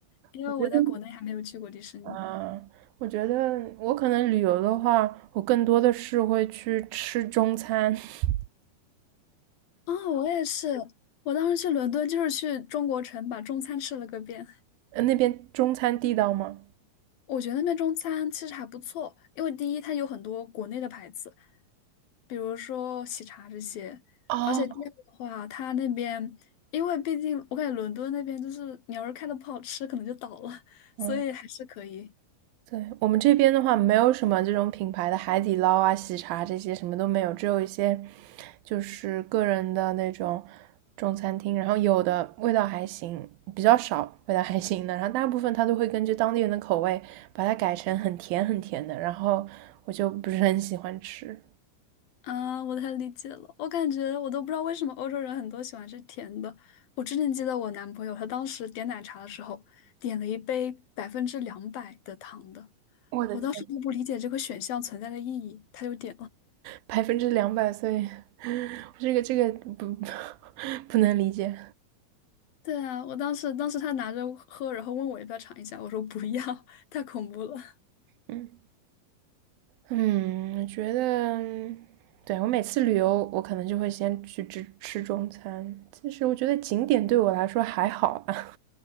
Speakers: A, on the left (about 80°); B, on the right (about 85°).
A: 因为我在国内还没有去过迪士尼。
B: 我觉得。啊，我觉得我可能旅游的话，我更多的是会去吃中餐。<laughs>
A: 哦，我也是。我当时去伦敦就是去中国城把中餐吃了个遍。
B: 呃，那边中餐地道吗？
A: 我觉得那边中餐其实还不错，因为第一它有很多国内的牌子，比如说喜茶这些。
B: 哦，
A: 而且第二的话，它那边因为毕竟我感觉伦敦那边就是你要是开的不好吃，可能就倒了，
B: 嗯，
A: 所以还是可以。
B: 对，我们这边的话，没有什么这种品牌的海底捞啊、喜茶这些什么都没有，只有一些就是个人的那种中餐厅，然后有的味道还行，比较少味道还行的，然后大部分他都会根据当地人的口味把它改成很甜很甜的，然后我就不是很喜欢吃。
A: 啊，我太理解了。我感觉我都不知道为什么欧洲人很多喜欢吃甜的。我之前记得我男朋友，他当时点奶茶的时候，点了一杯百分之两百的糖的。
B: 我的天，
A: 我当时都不理解这个选项存在的意义，他就点了。
B: 百分之两百所岁，这个这个不 <laughs> 不能理解。
A: 对啊，我当时当时他拿着喝，然后问我要不要尝一下，我说不要，太恐怖了。
B: 嗯嗯，我觉得，对我每次旅游，我可能就会先去吃吃中餐。其实我觉得景点对我来说还好吧。